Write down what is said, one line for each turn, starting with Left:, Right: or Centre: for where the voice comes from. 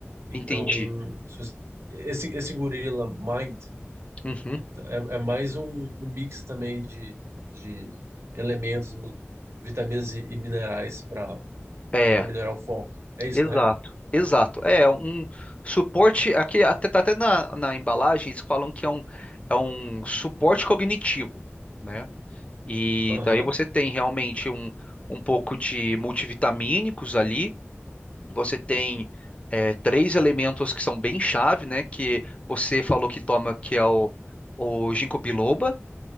Right: Então,
Left: entendi.
Right: se você- esse, esse gorila Mind
Left: Uhum.
Right: é, é é mais um, um mix também de, de elementos, nu- vitaminas e, e minerais para
Left: É,
Right: para melhorar o foco. É isso,
Left: exato,
Right: né?
Left: exato. É um suporte aqui até tá até na, na embalagem eles falam que é um é um suporte cognitivo, né? E
Right: Aham.
Left: daí você tem realmente um um pouco de multivitamínicos ali Você tem é, três elementos que são bem chave, né? Que você falou que toma, que é o, o ginkgo biloba.